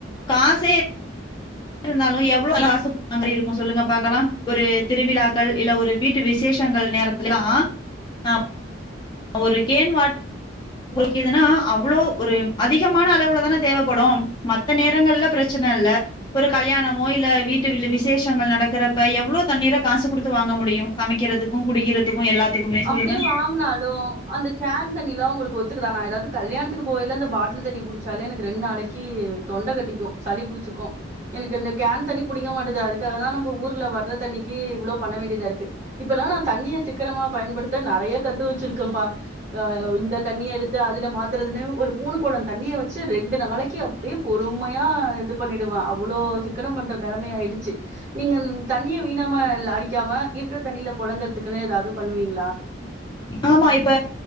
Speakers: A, on the left; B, on the right.
A: காசே இருந்தாலு எவ்ளோ காசு மாறி இருக்கு சொல்லுங்க பாக்கலா ஒரு திருவிழாக்கள் இல்ல ஒரு வீட்டு விசேஷங்கள் நேரத்தல்லா அ ஒரு கேன் வாட் உங்களுக்கு எதுனா அவ்ளோ ஒரு அதிகமான அளவுலதான தேவப்படு மத்த நேரங்கள்ல பிரச்சன இல்ல ஒரு கல்யாணமோ இல்ல வீட்டுல்ல விசேஷங்கள் நடக்கறப்ப எவ்ளோ தண்ணீரா காசு குடுத்து வாங்க முடியு சமைக்கிறதுக்கு குடிக்கிறதுக்கு எல்லாத்துக்குமே சொல்லுங்க
B: அப்பிடியே வாங்கனாலு அந்த கேன் தண்ணிலா உங்களுக்கு ஒதுக்கிதா நா எதாது கல்யாணதுக் த்துக்கு போய்யல்ல அந்த பாட்ட தண்ணி புடிச்சாலே எனக்கு ரெண்டு நாளைக்கு தொண்ட கட்டிக்கு சளி புடிச்சிக்கு எனக்கு அந்த கேன் தண்ணி புடிக்க மாட்டது அதுக்காகதா நம்ப ஊர்ல வர ற்ற தண்ணிக்கு இவ்ளோ பண்ண வேண்டி த இருக்கு இப்பல்லா நா தண்ணிய சிக்கனமா பயன்படுத்த நிறைய கத்து வச்சிருக்கே பா இந்த தண்ணி எடுத்து அதுல மாத் துறதுன்னு ஒரு மூணு கோட தண்ணிய வச் சு ரெண்டு நாளைக்கு அப்படியே பொறுமையா இது பண்ணிடுவா அவ்வளோ சிக்கனம் பண்ற நிலைமைய ஆயிடுச்சு நீங்க தண்ணியை வீணாம அடிக்காம இருக்கிற தண்ணியில புழங்கறதுக்குன்னு ஏதாவது பண்ணுவீங்களா
A: ஆமா இப்ப